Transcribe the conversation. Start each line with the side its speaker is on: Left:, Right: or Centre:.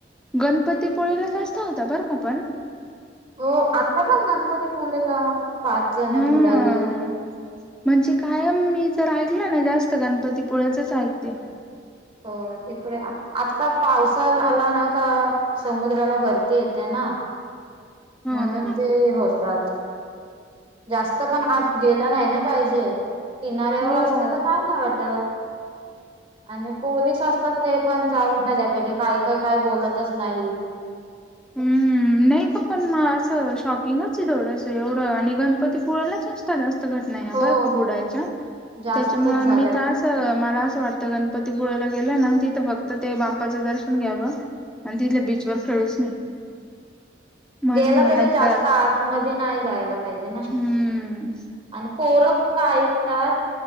Centre: गणपतीपोळीला जास्त होता बरं का पण.
Right: हो आता पण गणपतीपुलेला पाच जण
Centre: हा
Right: बुडाली.
Centre: म्हणजे कायम मी जर ऐकलं ना जास्त गणपतीपोळ्याचच ऐकते.
Right: हो तिकडे आत्ता पावसा आला ना का समुद्राला भरती. ते येते ना
Centre: ह
Right: म्हणून ते होतात. जास्त पण आत गेला नाही ना पाहिजे. किनाऱ्यावर
Centre: हो
Right: असलं तर काय नाही वाटत आणि. पोलीस असतात ते पण जाऊन ना त्या पाहिजे काय काय काय बोलतच नाही.
Centre: हम्म. नाही का पण असं शॉकिंगच आहे, ते एवढ एवढं आणि गणपती पुुळेलाच असत जास्त. घ
Right: हो
Centre: ब का बडायच्या
Right: जास्तच
Centre: त्याच्यामुळे
Right: झालंय
Centre: मी त मला. वाटतं गणपतीपुळे्याला गेलं ना तिथं फक्त ते बाप्पाचं दर्शन घ्यावं. आणि तिथे बीच वर खेळूच नाही. माझ्या
Right: गेला
Centre: मनात
Right: तरी जास्त
Centre: तर
Right: आतमध्ये नाही जायला पाहिजे ना
Centre: हम्म
Right: आणि. पोरं कुठं ऐकतात